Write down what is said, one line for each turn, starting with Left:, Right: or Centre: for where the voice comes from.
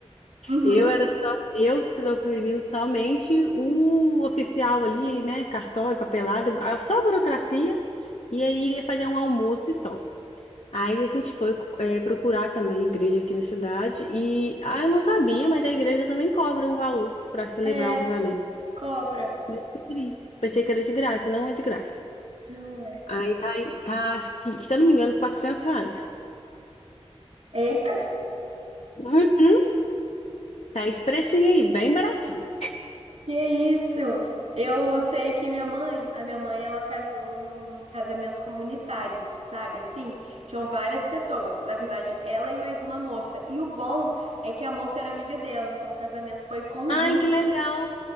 Right: Uhum.
Left: Eu era só, eu proferindo somente o oficial ali, né? Cartório, papelada, a- só a burocracia, e aí iria fazer um almoço e só. Aí a gente foi é, procurar também igreja aqui na cidade, e ah, eu não sabia, mas a igreja também cobra um valor para celebrar
Right: É,
Left: o casamento.
Right: cobra.
Left: Descobri. Pensei que era de graça, não é de graça.
Right: Não é.
Left: Aí tá, tá, acho que, se eu não me engano, 400 reais.
Right: Eita.
Left: Uhum. Tá esse precinho aí, bem baratinho.
Right: Que isso? Eu sei que minha mãe, a minha mãe, ela casou num casamento comunitário, sabe? Assim, tinham várias pessoas. Na verdade, ela e mais uma moça. E o bom é que a moça era amiga dela, então o casamento foi conjunto.
Left: Ai, que legal.